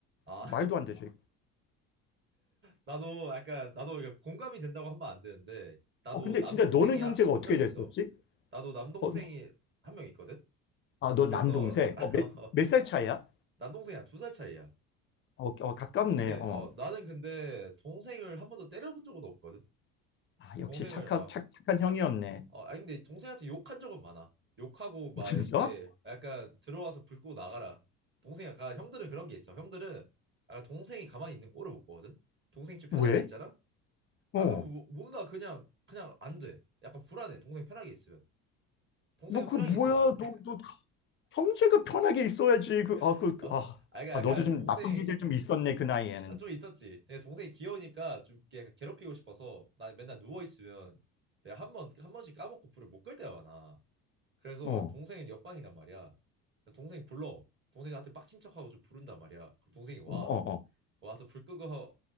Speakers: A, on the right (about 25°); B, on the left (about 30°).
A: 아,
B: 말도 안 되죠.
A: 나도 약간 나도 이게 공감이 된다고 하면 안 되는데 나도
B: 어, 근데
A: 남동생이
B: 진짜 너는 형제가
A: 한
B: 어떻게
A: 명 있어.
B: 됐었지?
A: 나도 남동생이
B: 어,
A: 한 명 있거든.
B: 아, 너 남동생.
A: 그래서 <laughs>
B: 어, 몇, 몇 살 차이야?
A: 남동생이랑 두 살 차이야.
B: 어, 어, 가깝네.
A: 근데
B: 어.
A: 어 나는 근데 동생을 한 번도 때려본 적은 없거든.
B: 아, 역시
A: 동생을
B: 착한,
A: 어,
B: 착, 착한 형이었네.
A: 어 아니 근데 동생한테 욕한 적은 많아. 욕하고 막
B: 어, 진짜?
A: 이렇게 약간 들어와서 불 끄고 나가라. 동생 약간 형들은 그런 게 있어. 형들은 약간 동생이 가만히 있는 꼴을 못 보거든. 동생이 좀 편한
B: 왜?
A: 게 있잖아. 아
B: 어.
A: 그럼 뭐- 뭔가 그냥 그냥 안 돼. 약간 불안해. 동생 편하게 있으면. 동생은
B: 뭐, 그,
A: 편하게
B: 뭐야,
A: 있으면 안 돼.
B: 너, 너 형제가 편하게 있어야지. 그, 아,
A: <laughs>
B: 그, 그,
A: 어?
B: 아,
A: 아 그러니까
B: 아,
A: 약간
B: 너도 좀
A: 동생
B: 나쁜 기질 좀 있었네, 그 나이에는.
A: 아, 좀 있었지. 내가 동생이 귀여우니까 좀 이렇게 약간 괴롭히고 싶어서 나 맨날 누워 있으면 내가 한 번 한 번씩 까먹고 불을 못 끌 때가 많아. 그래서
B: 어,
A: 동생은 옆방이란 말이야. 그래서 동생이 불러. 동생한테 빡친 척하고 좀 부른단 말이야. 그럼 동생이 와.
B: 어, 어, 어.
A: 와서 불 끄고